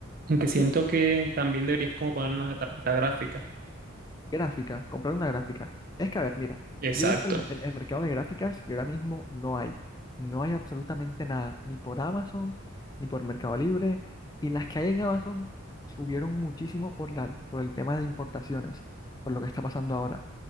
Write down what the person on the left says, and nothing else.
Sí,
Gráfica, comprar una gráfica. Es que, a ver, mira,
yo he visto el,
el- el mercado de gráficas y ahora mismo no hay. No hay absolutamente nada, ni por Amazon, ni por Mercado Libre. Y las que hay en Amazon subieron muchísimo por la, por el tema de importaciones, por lo que está pasando ahora.